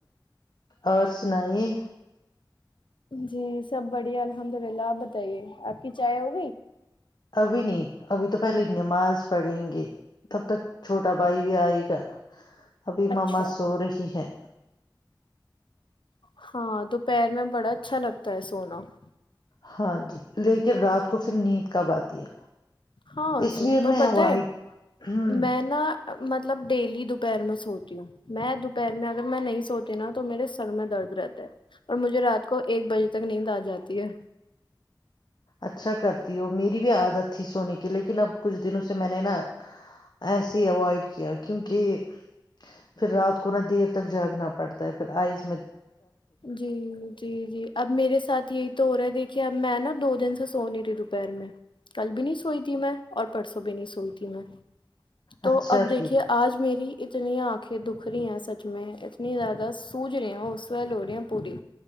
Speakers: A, on the left; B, on the left.
A: اور سنائی
B: جی سب بڑھیا الحمد للہ آپ بتائیے آپ کی چائے ہوگی؟
A: ابھی نہیں ابھی تو پہلے نماز پڑھیں گے تب تک چھوٹا بھائی بھی آئے گا۔ ابھی ماما
B: اچھا
A: سو رہی ہے۔
B: ہاں دوپہر میں بڑا اچھا لگتا ہے سونا۔ سونا
A: ہاں جی لیکن رات کو پھر نیند کب آتی ہے
B: ہاں
A: اس
B: اسے
A: لیے
B: پر
A: میں
B: پت
A: اوائڈ
B: ہے
A: ہوں
B: میں نا مطلب ڈیلی دوپہر میں سوتی ہوں میں دوپہر میں اگر میں نہیں سوتی نا تو میرے سر میں درد رہتا ہے اور مجھے رات کو ایک بجے تک ند آ جاتی ہے
A: اچھا کرتی ہو میری بھی عادت تھی سونے کی لیکن اب کچھ دنوں سے میں نے نا ایسے اوائڈ کیا کیونکہ پھر رات کو نہا دیر تک جھاگنا پڑتا ہے پھر آئس
B: جی جی جی اب میرے ساتھ یہی تو ہو رہا ہے دیکھیے اب میں نا دو دن سے سونی رہی دوپہر میں کل بھی نہیں سوئی تھی میں اور پرسوں بھی نہیں سوئی تھی میں تو
A: اچھا
B: اب دیکھیے
A: کی
B: آج میری اتنی آنکھیں دکھ رہی ہیں سچ میں اتنی زیادہ سوج رہی ہیں وہ سویلل ہورہی ہیں پوری